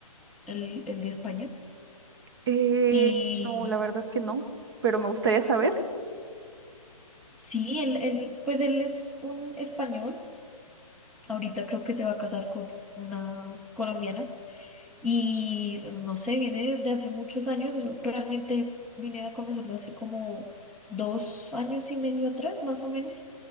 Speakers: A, in the centre; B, on the right (about 40°).
A: el, el de España.
B: Eh,
A: Y
B: no, la verdad que no, pero me gustaría saber.
A: sí, él, él, pues él es un español. Ahorita creo que se va a casar con una colombiana Y no sé, viene de hace muchos años. Yo realmente vine a conocerlo hace como dos años y medio atrás, más o menos.